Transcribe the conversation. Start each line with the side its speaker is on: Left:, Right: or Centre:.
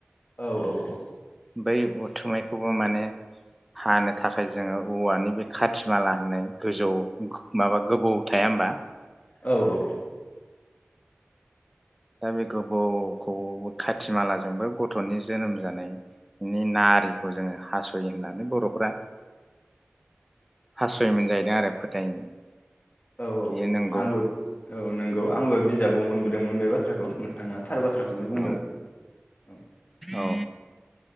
Left: औ औ औ।
Centre: बै उथुमायखौबो माने हानो थाखाय जोङो औवानि बे खाथि माला होननाय गोजौ माबा गोबौ थाया होमबा
Left: औ औ औ
Centre: दा बे गोबौखौ खाथि मालाजोंबो गथ'नि जोनोम जानायनि नारिखौ जोङो हास'यो होननानै बर'फ्रा हास'योम जाहैदों आरो फोथायो।
Left: औ औ
Centre: बेयो नंगौ
Left: आंबो औ नंगौ आंबो बिजाबाव मोन बोदोंमोन बे बाथ्राखौ नोंथाङा थार बाथ्राखौनो बुंदों
Centre: औ
Left: औ
Centre: औ